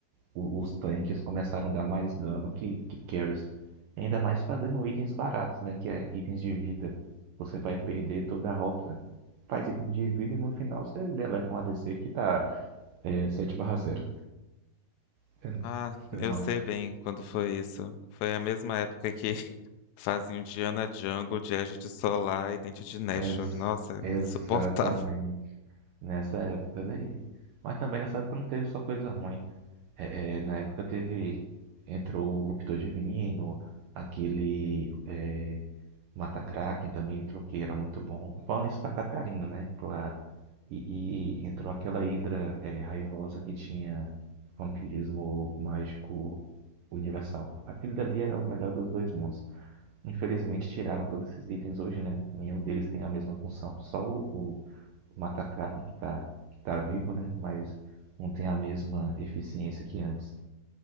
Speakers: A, on the right; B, on the left.
A: o- os tanques começaram a dar mais dano que, que carries. Ainda mais fazendo itens baratos, né? Que é itens de vida. Você vai perder toda a rota, faz item de vida e no final você deleta um ADC que tá é, 7/0. Você não-
B: Ah,
A: você não
B: eu sei
A: acha?
B: bem quando foi isso. Foi a mesma época que <laughs> faziam Diana Jungle, de Edge de Solar e Dente de Nashor.
A: Ex-
B: Nossa,
A: exatamente.
B: insuportável.
A: Nessa época daí. Mas também nessa época não teve só coisa ruim. É, é, na época teve. Entrou o Ruptor Divino, aquele. É, Mata Kraken também entrou, que era muito bom. Falando isso pra Catarina, né? Claro. E, e entrou aquela Hidra é, raivosa que tinha vampirismo mágico universal. Aquele dali era o melhor dos dois mundos. Infelizmente tiraram todos esses itens hoje, né? Nenhum deles tem a mesma função. Só o, o Matakraken que tá, que tá vivo, né? Mas não tem a mesma eficiência que antes.